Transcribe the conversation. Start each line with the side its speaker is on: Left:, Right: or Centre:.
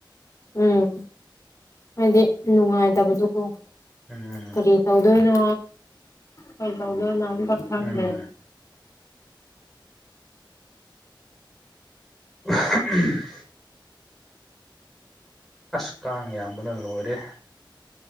Left: ꯎꯝ ꯍꯥꯏꯗꯤ ꯅꯨꯡꯉꯥꯏꯇꯕꯗꯨꯀꯣ
Centre: ꯎꯝ
Left: ꯀꯔꯤ ꯇꯧꯗꯣꯏꯅꯣ ꯀꯩ ꯇꯧꯗꯣꯏꯅꯣ ꯑꯝꯇ ꯈꯪꯗꯦ
Centre: ꯎꯝ <unintelligible> ꯎꯝ ꯑꯁ ꯀꯥꯡ ꯌꯥꯝꯕꯅ ꯂꯣꯏꯔꯦ